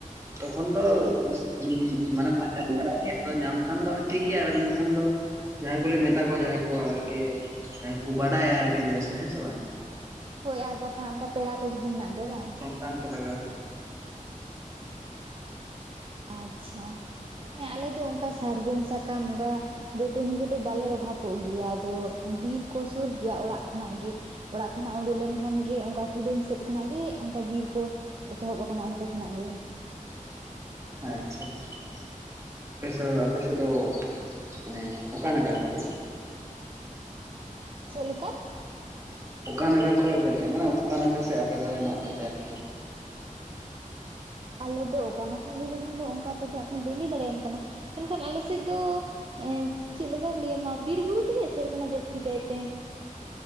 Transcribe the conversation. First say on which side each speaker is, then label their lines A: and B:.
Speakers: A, on the right; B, on the right.
A: ᱛᱚᱠᱷᱚᱱ ᱛᱚ ᱩᱸᱻ ᱢᱟᱱᱮ ᱯᱟᱸᱡᱟ ᱞᱮ ᱪᱟᱞᱟᱜ
B: ᱢᱟᱱᱮ
A: ᱜᱮᱭᱟ ᱾ ᱟᱫᱚ ᱧᱟᱢ ᱠᱷᱟᱱ ᱫᱚ ᱦᱟᱸᱜ ᱴᱷᱤᱠ ᱜᱮᱭᱟ ᱟᱨ <unintelligible> ᱫᱚ ᱡᱟᱦᱟᱸᱭ ᱠᱚᱞᱮ ᱢᱮᱛᱟ ᱠᱚᱣᱟ ᱡᱟᱦᱟᱸᱭ ᱠᱚ ᱟᱨᱠᱤ ᱡᱟᱦᱟᱸ ᱠᱚ ᱵᱟᱰᱟᱭᱟ ᱟᱨᱠᱮ ᱡᱟᱭᱥᱮ ᱦᱮᱸᱥᱮ ᱵᱟᱝ?
B: ᱦᱳᱭ ᱟᱨ ᱵᱟᱠᱷᱟᱱ ᱚᱱᱠᱟ ᱯᱮᱲᱟ ᱠᱚ ᱡᱩᱫᱤ ᱢᱮᱱᱟᱜ ᱠᱚᱣᱟ ᱵᱟᱝ?
A: ᱨᱟᱱ ᱠᱚ ᱞᱟᱜᱟᱣ ᱦᱳᱭᱳᱜᱼᱟ᱾
B: ᱟᱪᱪᱷᱟ ᱦᱮᱸ ᱟᱞᱮᱫᱚ ᱚᱱᱠᱟ ᱥᱟᱨᱡᱚᱢ ᱥᱟᱠᱟᱢ ᱚᱱᱠᱟᱼᱼ ᱫᱟᱹᱛᱟᱹᱱᱤ ᱠᱚᱫᱚ ᱵᱟᱞᱮ ᱚᱵᱷᱟᱵᱚᱜ ᱜᱤᱭᱟ ᱟᱫᱚ ᱵᱤᱨ ᱠᱚ ᱥᱳᱨ ᱜᱤᱭᱟ ᱚᱲᱟᱜ ᱠᱷᱚᱱᱟᱜ ᱜᱮ᱾ ᱚᱲᱟᱜ ᱠᱷᱚᱱᱟᱜ ᱩᱸᱰᱩᱠ ᱞᱮᱱᱠᱷᱟᱱ ᱜᱮ ᱚᱱᱠᱟ ᱠᱩᱰᱟᱹᱢ ᱥᱮᱫ ᱠᱷᱚᱱᱟᱜ ᱜᱮ ᱚᱱᱠᱟ ᱵᱤᱨ ᱠᱚᱼᱼ ᱮᱛᱚᱦᱚᱵ ᱠᱟᱱᱟ ᱚᱱᱛᱮ ᱠᱷᱚᱱᱟᱜ ᱜᱮ᱾
A: ᱟᱪᱪᱷᱟ ᱟᱪᱷᱟ᱾ ᱟᱯᱮᱥ ᱟᱯᱮᱥᱮᱫ ᱫᱚ ᱢᱟᱱᱮ ᱚᱠᱟ ᱱᱟᱜᱟ ᱟᱯᱮ ᱫᱚ?
B: ᱪᱮᱜ ᱞᱮᱠᱟ?
A: ᱚᱠᱟ ᱱᱟᱜᱟ ᱠᱷᱚᱡ ᱯᱮ ᱞᱮᱭᱟ ᱢᱟᱱᱮ ᱚᱠᱟ ᱱᱟᱜᱷᱟ ᱥᱮᱡ ᱟᱯᱮ ᱫᱚ ᱦᱮᱱᱟᱜ ᱯᱮᱛᱮ ᱟᱨᱠᱤ᱾
B: ᱟᱞᱮ ᱫᱚ ᱚᱠᱟ ᱱᱟᱠᱷᱟ ᱞᱟᱹᱭ ᱞᱮᱠᱷᱟᱱ ᱫᱚ ᱚᱱᱠᱟ ᱛᱮᱫᱚ ᱵᱟᱹᱧ ᱞᱟᱹᱭ ᱫᱟᱲᱮᱭᱟᱢ ᱠᱟᱱᱟ ᱢᱮᱱᱠᱷᱟᱱ ᱟᱞᱮ ᱥᱮᱫ ᱫᱚᱼᱼ ᱮᱸ ᱪᱮᱫ ᱞᱮᱠᱟᱧ ᱞᱟᱹᱭ ᱟᱢᱟ ᱵᱤᱨ ᱵᱩᱨᱩ ᱛᱮᱜᱮ ᱮᱥᱮᱫ ᱠᱟᱱᱟ ᱡᱟᱹᱥᱛᱤ ᱠᱟᱭᱛᱮᱼᱼ